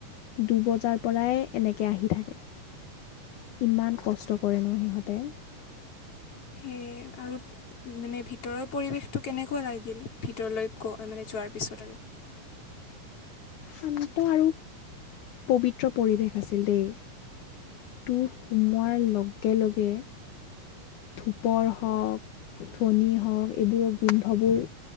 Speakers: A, on the left (about 65°); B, on the left (about 40°).
A: দুবজাৰ পৰাই এনেকৈ আহি থাকে। ইমান কষ্ট কৰে ন সিহঁতে?
B: সেয়ে, আৰু মানে ভিতৰৰ পৰিৱেশটো কেনেকুৱা লাগিল, ভিতৰলৈ গ মানে যোৱাৰ পিছত আৰু।
A: শান্ত আৰু, পবিত্ৰ পৰিৱেশ আছিল দেই। তোৰ সোমোৱাৰ লগে লগে ধোপৰ হওঁক, ধোনি হওঁক এইবোৰৰ গোন্ধবোৰ